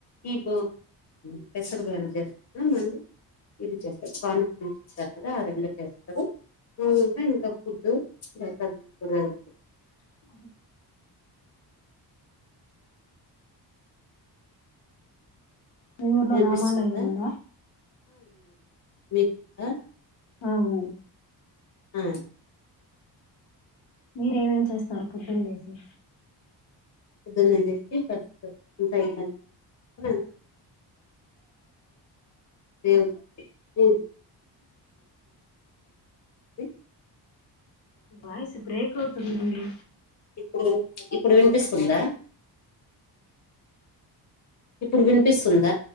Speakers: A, on the left (about 40°); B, on the left (about 80°).
A: ఈ బో పెసరు గారేలు చేస్తారు మళ్ళీ ఇది చేస్తాారు పానక <unintelligible> గదా ఆ రెండు ఆ రోజే ఇంక ఫుడ్ ఇగ కూరగాయలు
B: <inaudible> మీ ఊర్లో
A: వినిపిస్తుందా
B: రామాలయం ఉంద
A: మీక్ కూడ
B: ఆ ఉంది
A: మయె
B: మీరేమేమి చేస్తారు పొద్దున్ లేసి
A: పొద్దున్నే లేసి ఫస్ట్ <unintelligible> <inaudible> దేవునికి పూజ <inaudible>
B: వాయిస్ బ్రేక్ అవుతుందండి
A: ఇప్పుడు ఇప్పుడు వినిపిస్తుందా ఇప్పుడు వినిపిస్తుంద